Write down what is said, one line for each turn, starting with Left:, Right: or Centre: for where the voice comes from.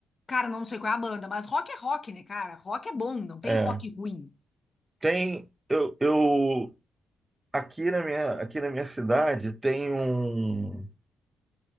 Left: Cara, não sei qual é a banda, mas rock é rock, né, cara? Rock é bom, não tem
Right: É,
Left: rock ruim.
Right: Tem, eu, eu aqui na minha, aqui na minha cidade tem um,